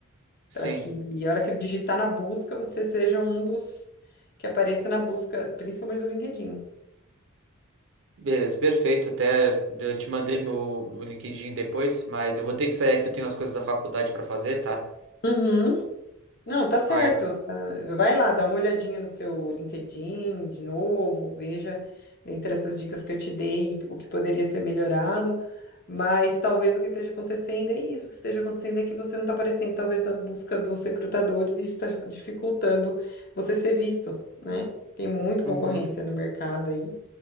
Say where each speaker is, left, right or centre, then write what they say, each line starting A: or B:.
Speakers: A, on the right; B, on the left.
A: sim.
B: Para que, e a hora que ele digitar na busca, você seja um dos que apareça na busca, principalmente do LinkedIn.
A: Beleza, perfeito. Até eu te mandei meu, meu LinkedIn depois, mas eu vou ter que sair aqui, eu tenho as coisas da faculdade para fazer, tá?
B: Uhum. Não, tá certo.
A: Ai,
B: tá. Vai lá, dá uma olhadinha no seu LinkedIn de novo, veja entre essas dicas que eu te dei o que poderia ser melhorado. Mas talvez o que esteja acontecendo é isso, o que esteja acontecendo é que você não está aparecendo, talvez, na busca dos recrutadores e isso está dificultando você ser visto, né? Tem muita concorrência
A: uhum,
B: no mercado aí.